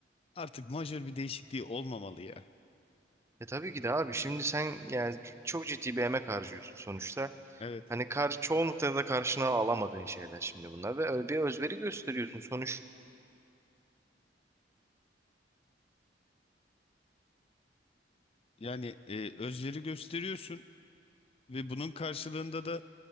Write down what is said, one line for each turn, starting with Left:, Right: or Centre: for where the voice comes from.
Left: artık majör bir değişikliği olmamalı ya.
Right: E tabii ki de abi şimdi sen yani çok ciddi bir emek harcıyorsun sonuçta.
Left: Evet.
Right: Hani kar çoğunlukla da karşına alamadığın şeyler şimdi bunlar ve öyle bir özveri gösteriyorsun sonuç.
Left: Yani e, özveri gösteriyorsun ve bunun karşılığında da